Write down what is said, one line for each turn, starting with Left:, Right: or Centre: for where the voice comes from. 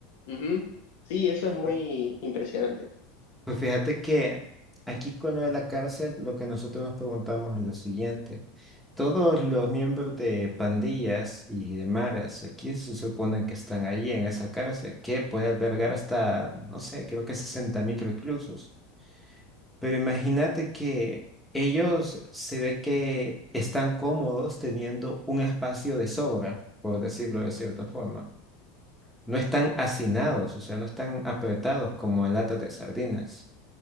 Left: Ujú. Sí, eso es muy
Centre: Pues
Left: impresionante.
Centre: pues fíjate que aquí con lo de la cárcel, lo que nosotros nos preguntamos es lo siguiente. Todos los miembros de pandillas y de maras aquí se suponen que están allí en esa cárcel que puede albergar hasta, no sé, creo que sesenta mil reclusos. Pero imagínate que ellos se ve que están cómodos teniendo un espacio de sobra, por decirlo de cierta forma. No están hacinados, o sea, no están apretados como en latas de sardinas.